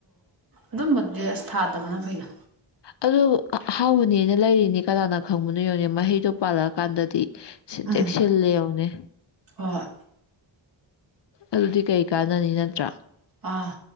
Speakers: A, on the right; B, on the left.
A: ꯑꯗꯨꯝꯕꯗꯤ ꯑꯁ ꯊꯥꯗꯕꯅ ꯐꯩꯒ
B: ꯑꯗꯨꯗ ꯍꯥꯎꯕꯅꯦꯅ ꯂꯩꯔꯤꯅꯤ ꯀꯅꯥꯅ ꯈꯪꯕꯅꯣ ꯌꯦꯧꯅꯤ ꯃꯍꯩꯗꯣ ꯄꯥꯜꯂꯛꯑꯀꯥꯟꯗꯗꯤ
A: ꯎꯝ
B: ꯇꯦꯛꯁꯤꯜꯂꯦ ꯌꯦꯧꯅꯦ
A: ꯍꯣꯏ
B: ꯑꯗꯨꯗꯤ ꯀꯩ ꯀꯥꯟꯅꯅꯤ ꯅꯠꯇ꯭ꯔꯥ
A: ꯑꯥ